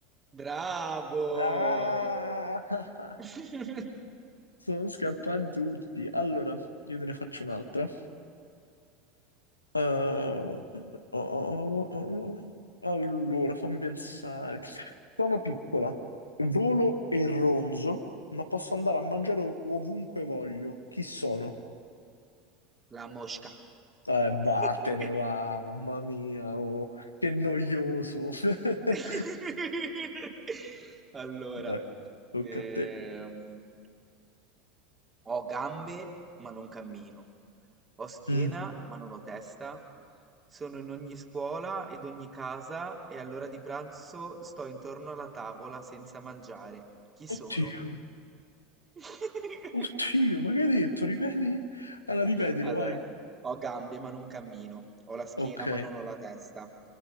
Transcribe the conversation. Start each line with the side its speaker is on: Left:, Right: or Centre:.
Right: Bravo!
Left: Ah! <laughs>
Right: <laughs>
Left: Sono scappati tutti. Allora, io te ne faccio un'altra. Uh, oh, oh, oh, oh. oh. Allora, fammi pensare. Sono piccola, volo e ronzo, ma posso andare a mangiare ov- ovunque voglio. Chi sono?
Right: La mosca.
Left: Eh, vattene
Right: <laughs>
Left: va, mamma mia, oh, che noioso. <laughs>
Right: <laughs> Allora,
Left: Vai, tocca
Right: ehm,
Left: a te.
Right: ho gambe ma non cammino, ho schiena
Left: Mm.
Right: ma non ho testa, sono in ogni scuola ed ogni casa e all'ora di pranzo sto intorno alla tavola senza mangiare. Chi sono?
Left: Oddio,
Right: <laughs>
Left: oddio, ma che hai detto? Ripeti? Allora, ripetilo,
Right: Allora,
Left: vai.
Right: ho gambe ma non cammino, ho la schiena
Left: Ok,
Right: ma non ho la testa.